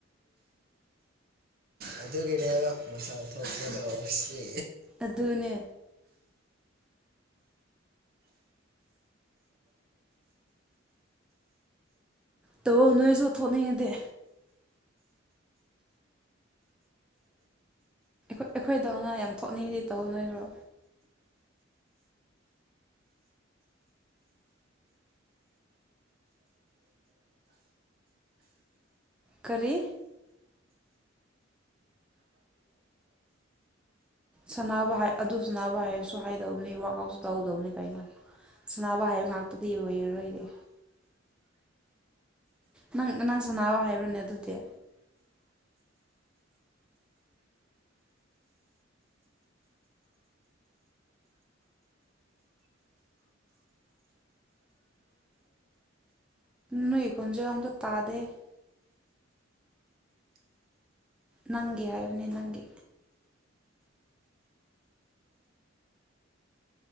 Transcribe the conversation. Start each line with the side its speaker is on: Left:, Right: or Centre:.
Right: ꯑꯗꯨꯒꯤꯅꯦꯕ ꯃꯆꯥꯥ ꯊꯣꯛꯀꯗꯁꯤ
Centre: ꯑꯗꯨ ꯑꯗꯨꯅꯦ ꯇꯕꯣ ꯅꯣꯏꯁꯨ ꯊꯣꯛꯅꯤꯡꯉꯗꯤ ꯑꯩꯈꯣꯏꯗꯧꯅ ꯌꯥꯝ ꯊꯣꯛꯅꯤꯡꯗꯤ ꯇꯧ ꯅꯣꯢꯔꯣ ꯀꯔꯤ ꯁꯥꯟꯅꯕ ꯍꯥꯏ ꯑꯗꯨ ꯁꯥꯟꯅꯕ ꯍꯥꯏꯕꯁꯨ ꯍꯥꯏꯗꯕꯅꯤ ꯋꯥꯋꯔꯥꯛ ꯑꯥꯎꯠꯁꯨ ꯇꯧꯒꯗꯕꯅꯤ ꯀꯥꯏꯅꯣ ꯁꯅꯥꯅꯕ ꯍꯥꯏꯕ ꯉꯥꯛꯇꯨꯗꯤ ꯑꯣꯏꯔꯔꯣꯏꯔꯦ ꯅꯪ ꯅꯪ ꯁꯥꯟꯅꯥꯑꯣ ꯍꯥꯏꯕ꯭ꯔꯅꯦ ꯑꯗꯨꯗꯤ ꯅꯣꯏ ꯈꯣꯟꯖ ꯑꯝꯗ ꯇꯥꯗꯦ ꯅꯪꯒꯤ ꯍꯥꯏꯕꯅꯤ ꯅꯪꯒꯤ